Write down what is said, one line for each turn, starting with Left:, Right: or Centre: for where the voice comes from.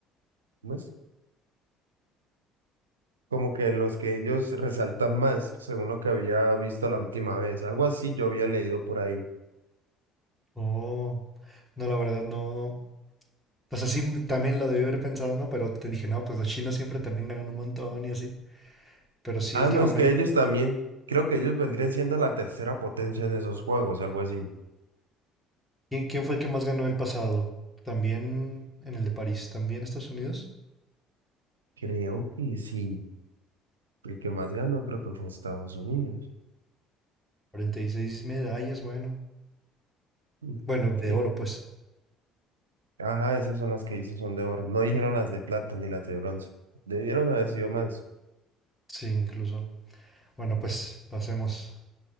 Right: ¿cómo es? Como que en los que ellos resaltan más, según lo que había visto la última vez, algo así yo había leído por ahí.
Centre: Oh, no, la verdad no. O sea, sí, m- también lo debí haber pensado, ¿no? Pero te dije, no, pues los chinos siempre también ganan un montón y así. Pero sí,
Right: Ah,
Centre: últimamente
Right: no, es que ellos también, creo que ellos vendrían siendo la tercera potencia en esos juegos, algo así.
Centre: ¿Quién, quién fue el que más ganó el pasado? También en el de París, también Estados Unidos.
Right: Creo que sí, el que más ganó creo que fue Estados Unidos.
Centre: 46 medallas, bueno.
Right: Mm,
Centre: Bueno, de
Right: bien.
Centre: oro, pues.
Right: Ajá, esas son las que hice son de oro. No dijeron las de plata ni las de bronce. Debieron haber sido más.
Centre: Sí, incluso. Bueno, pues pasemos.